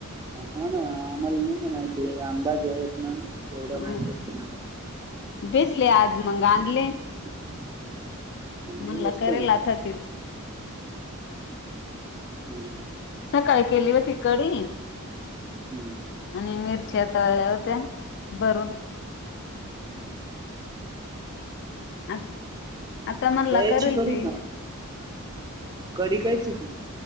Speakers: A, on the right; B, on the left.
A: हा ना आम्हाला नाही ना माहिती आहे आंबा जे आहेत ना. एवढा
B: हम्म
A: माहित नाही आम्हाला.
B: भेटले आज मग आणले
A: <unintelligible>
B: म्हणलं
A: गोष्ट
B: करेल
A: आहे मग
B: आता तीच.
A: <unintelligible>
B: सकाळी केली होती कडी
A: हम्म.
B: आणि मिर च्या कळल्या होत्या. भरून. आ- आता म्हणला
A: दह्याची
B: करेल
A: कढी
B: ती
A: का? कडी कायची के